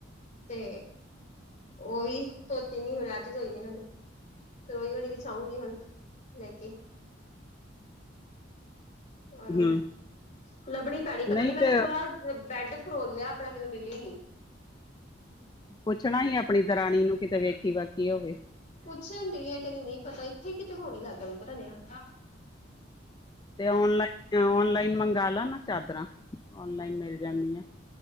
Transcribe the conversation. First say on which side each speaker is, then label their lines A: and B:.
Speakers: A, on the left; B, on the left.
A: ਤੇ। ਓ ਈ। ਧੋਤੀ ਨਈ, ਓ ਅੱਜ, ਧੋਈ ਨੇ ਹੁਣ। ਓਹੀ ਹੀ, ਵਿਛਾਉਂਗੀ ਹੁਣ ਲੈ ਕੇ। ਆਰੋ!
B: ਹੂੰ
A: ਲੱਭਣੀ ਪੈਣੀ, ਪਤਾ
B: ਨਹੀਂ
A: ਨੀ, ਮੈਂ
B: ਤੇ
A: ਤਾਂ ਪੂਰਾ। ਬੈਡ ਫਰੋਲ ਲਿਆ ਆਪਣਾ, ਮੈਨੂੰ ਮਿਲੀ ਨਹੀਂ?
B: ਪੁੱਛਣਾ ਹੀ ਆਪਣੀ ਦਰਾਣੀ ਨੂੰ, ਕਿਤੇ ਵੇਖੀ -ਵਾਖੀ ਹੋਵੇ।
A: ਪੁੱਛਣ ਦੀ ਐ, ਕਹਿੰਦੀ ਨਹੀਂ ਪਤਾ। ਇੱਥੇ ਹੀ ਕਿਤੇ ਹੋਣ ਨੀ ਲੱਗਦਾ ਪਤਾ ਨਹੀਂ?
B: ਤੇ ਔਨਲਾਈਨ- ਤੇ ਔਨਲਾਈਨ ਮੰਗਾ ਲਾ ਨਾ ਚਾਦਰਾਂ, ਔਨਲਾਈਨ ਮਿਲ ਜਾਂਦੀਆਂ।